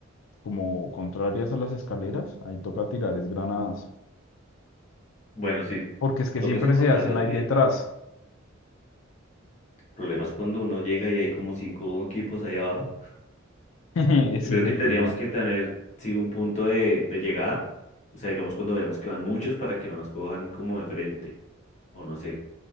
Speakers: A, on the left (about 70°); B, on the left (about 35°).
A: como contrarias a las escaleras, ahí toca tirar es granadas.
B: Bueno, sí,
A: Porque es que
B: toca
A: siempre
B: es encontrarlas
A: se hacen ahí
B: bien.
A: detrás.
B: El problema es cuando uno llega y hay como cinco equipos ahí abajo.
A: <laughs> Ese
B: Yo creo
A: es el
B: que tendríamos
A: problema.
B: que tener, sí, un punto de, de llegada. O sea, digamos cuando veamos que van muchos para que no nos cojan como de frente. O no sé,